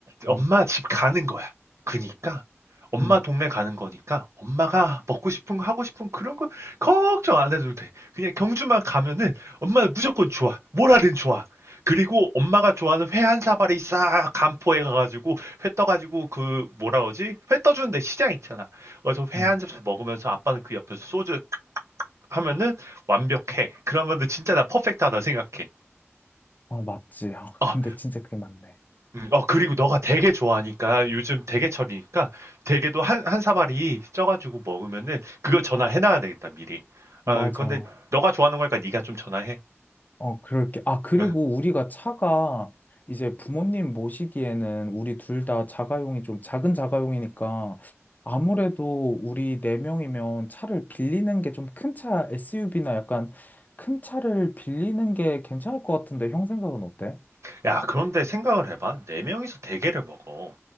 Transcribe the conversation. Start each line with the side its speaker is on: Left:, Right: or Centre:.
Left: 음,
Right: 엄마 집 가는 거야. 그니까 엄마
Left: 음,
Right: 동네 가는 거니까 엄마가 먹고 싶은 거 하고 싶은 그런 거 걱정 안 해도 돼. 그냥 경주만 가면은 엄마 무조건 좋아. 뭐라든 좋아. 그리고 엄마가 좋아하는 회 한 사발이 싹 간포에 가가지고 회 떠가지고 그 뭐라 그러지? 회 떠주는데 시장 있잖아. 그래서 회
Left: 음.
Right: 한 접시 먹으면서 아빠는 그 옆에서 소주 하면은 완벽해. 그러면은 진짜 나 퍼펙트하다 생각해.
Left: 아, 맞지. 아, <laughs>
Right: 어,
Left: 근데 진짜 그게 맞네.
Right: 음, 어, 그리고 너가 대게 좋아하니까 요즘 대게철이니까 대게도 한, 한 사발이 쪄가지고 먹으면은 그걸 전화해놔야 되겠다, 미리.
Left: 맞아.
Right: 어, 근데 너가 좋아하는 거니까 네가 좀 전화해.
Left: 어, 그럴게. 아, 그리고
Right: 어.
Left: 우리가 차가 이제 부모님 모시기에는 우리 둘 다 자가용이 좀 작은 자가용이니까 아무래도 우리 네 명이면 차를 빌리는 게 좀 큰 차, SUV나 약간 큰 차를 빌리는 게 괜찮을 것 같은데 형 생각은 어때?
Right: 야, 그런데 생각을 해봐. 네 명이서 대게를 먹어.